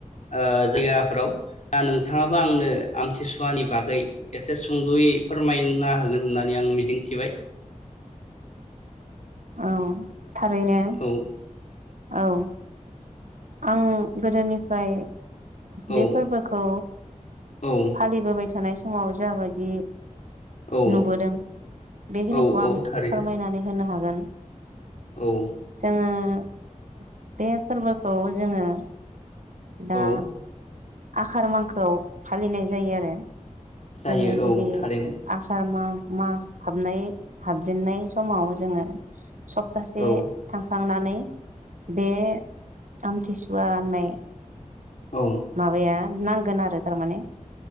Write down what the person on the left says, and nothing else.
ओ जायगाफोराव दा नोंथाङाबो आंनो आमथिसुवानि बागै एसे सुंदयै फोरमाय ना होगोन होननानै आं मिजिं थिबाय
औ
औ
औ
औ
औ
औ थारैनो
औ
औ
जायो
औ थारैनो
औ
औ